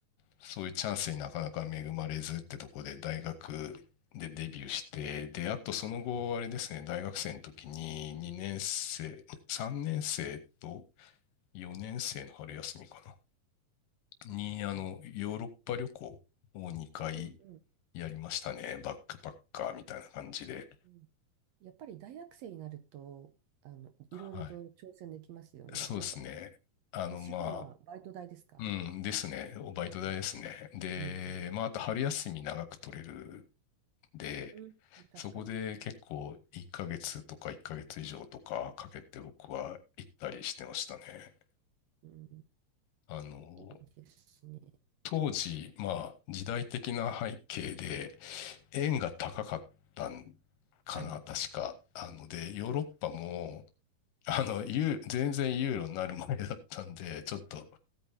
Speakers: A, on the left (about 80°); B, on the right (about 70°).
A: そういうチャンスになかなか恵まれずってとこで、大学でデビューして、
B: ん
A: で、あとその後、あれですね、大学生の時に2年生、3年生と4年生の春休みかな。に、あの、
B: はい。
A: ヨーロッパ旅行を2回
B: うんうん。
A: やりましたね。バックパッカーみたいな感じで。
B: うんやっぱり大学生になると、あの、
A: はい。
B: いろいろと挑戦できますよね。
A: そうですね。
B: やっぱ、やっ
A: あの、
B: ぱ資本はバイト代ですか
A: まあ、うん、ですね。おバイト代ですね。
B: やっぱり。
A: で、
B: うんうん。
A: まあ、あと春休み長く取れるんで、
B: うん、確かに。
A: そこで結構1ヶ月とか1ヶ月以上とかかけて僕は行ったりしてましたね。
B: うん、
A: あの、
B: いいですね。
A: 当時、まあ、時代的な背景で、円が高かったんかな、
B: はい。
A: 確か。あので、ヨーロッパも、<laughs> あの、ユー全然ユーロになる前だったんで、ちょっと、